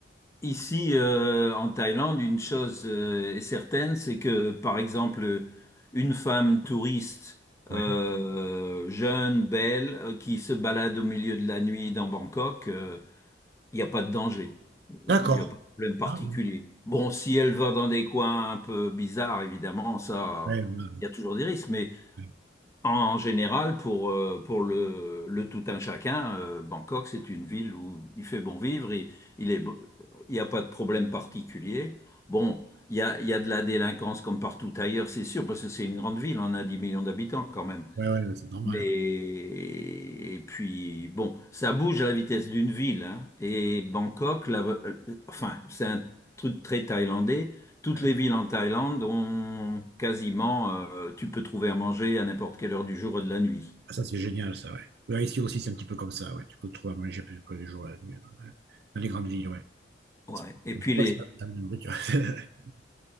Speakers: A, on the left; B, on the right.
A: ici, euh, en Thaïlande, une chose euh, est certaine, c'est que, par exemple, une femme touriste
B: Ouais.
A: euh, jeune, belle, euh, qui se balade au milieu de la nuit dans Bangkok, euh, il n'y a pas de danger. Euh,
B: D'accord.
A: Il n'y a pas de problème particulier.
B: Ah, ouais.
A: Bon, si elle va dans des coins un peu bizarres, évidemment, ça,
B: Ouais, ouais,
A: il y a toujours des risques, mais
B: ouais.
A: En général, pour, euh, pour le, le tout un chacun, euh, Bangkok, c'est une ville où il fait bon vivre, il, il est, beau- il n'y a pas de problème particulier. Bon, il y a, il y a de la délinquance comme partout ailleurs, c'est sûr, parce que c'est une grande ville, on a 10 millions d'habitants quand même.
B: Ouais, ouais, ouais, c'est normal.
A: Mais
B: ouais.
A: et puis bon, ça bouge à la vitesse d'une ville, hein. Et Bangkok, la- euh, enfin, c'est un truc très thaïlandais. Toutes
B: Ouais.
A: les villes en Thaïlande ont quasiment, euh, tu peux trouver à manger à n'importe quelle heure du jour et de la nuit.
B: Ah, ça, c'est génial, ça, ouais. Ouais, ici aussi, c'est un petit peu comme ça, ouais. Tu peux te trouver à manger plus tous les jours la nuit, ouais. Dans les grandes villes, ouais.
A: Ouais.
B: C'est
A: Et
B: comme
A: puis
B: ça. Bah,
A: les
B: c'est pas la même nourriture. <laughs>